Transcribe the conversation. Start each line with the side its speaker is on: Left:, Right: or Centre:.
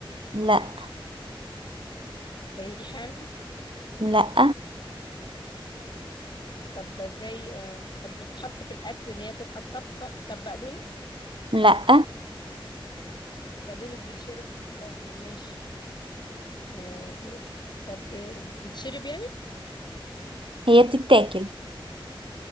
Right: لأ
Left: ريحان
Right: لأ
Left: طب ازاي آه طب بتتحط في الأكل إن هي تبقى الطبخة طب بقدونس
Right: لأ
Left: البقدونس بيتشرب وبيتعمل ماشي آه جر... طب ايه بتشرب يعني
Right: هي بتتاكل